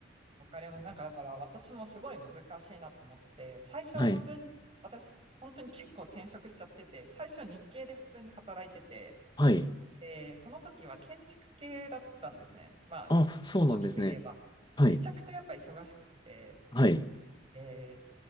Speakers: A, on the right; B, on the left.
A: わかります。なんか、だから、私もすごい難しいなと思って、最初は普通に、
B: はい。
A: 私、本当に結構転職しちゃってて、最初日系で普通に働いてて、
B: はい。
A: で、その時は建築系だったんですね。まあ、
B: あ、そうなんですね。
A: 大きく言えば。めちゃくちゃやっぱ忙しくって、
B: はい。はい。
A: で、